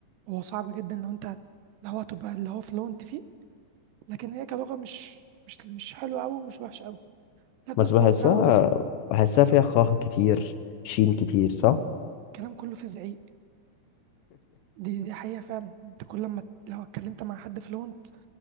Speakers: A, on the right (about 80°); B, on the left (about 85°).
A: هو صعب جدا لو أنت لو هتبقى اللي هو فلونت فيه لكن هي كلغة مش مش مش حلوة أوي ومش وحشة أوي لكن
B: بس
A: الفرنساوي
B: بحسها
A: رخمة
B: بحسها فيها خاه كتير شين كتير صح
A: الكلام كله فيه زعيق دي دي حقيقة فعلا أنت كل ما لو اتكلمت مع حد فلونت